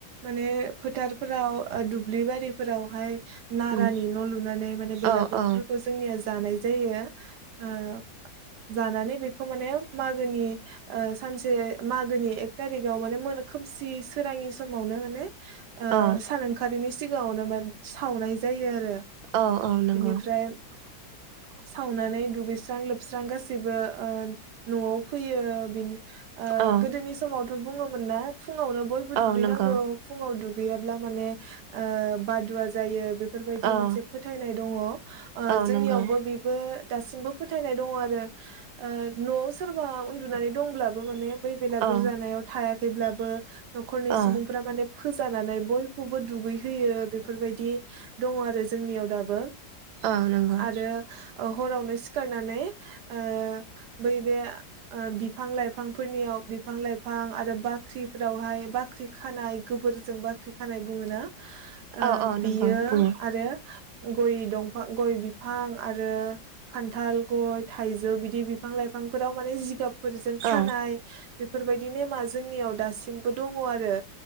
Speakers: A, on the right (about 70°); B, on the right (about 85°).
A: माने फोथारफोराव ओ दुब्लि बारिफोरावहाय नारानि
B: उम
A: न' लुनानै माने बेलागुरफोरखो
B: औ औ
A: जोंनिया जानाय जायो ओ जानानै बेखौ माने मागोनि ओ सानसे मागोनि एक टारिगाव माने मोनो खोमसि सोराङि समावनो माने ओ
B: औ
A: सान ओं खारिनि सिगाङावनो मोन सावनाय जायो आरो
B: औ औ नंगौ
A: बिनिफ्राय
B: <inaudible>
A: सावनानै दुगैस्रां लोबस्रां गासैबो ओ न'आव फैयो बेनो ओ
B: औ
A: गोदोनि समावथ' बुङोमोन ना फुङावनो बयबो
B: औ
A: दुगैनांगौ
B: नंगौ
A: फुंआव दुगैयाब्ला माने ओ बादुवा जायो बे फोरबायदि
B: औ
A: मोनसे फोथायनाय दङ ओ
B: औ
A: जोंनियावबो
B: नंगौ
A: बे बो दासिमबो फोथायनाय दङ आरो ओ न'आव सोरबा उन्दुनानै दंब्लाबो माने बै बा बुरजानायाव
B: औ
A: थायाखैब्लाबो न'खरनि
B: औ
A: सुबुंफोरा माने फोजानानै बयखौबो दुगैहोयो बेफोरबायदि दङ आरो जोंनियाव दाबो
B: औ नंगौ
A: आरो अ हरावनो सिखारनानै ओ बै बे ओ बिफां लाइफांफोरनियाव बि फां लाइफां आरो बाख्रिफोरावहाय बाख्रि खानाय गोबोरजों बाख्रि खानाय बुङोना ओ
B: औ औ
A: बियो
B: नंगौ बुङो
A: आरो गय दंफां गय बिफां आरो खान्थाल गय थाइजौ बिदि बिफां लाइफांफोराव माने जिगाब फोरजों खानाय
B: औ
A: बेफोरबायदि नेमा जोंनियाव दासिमबो दङ आरो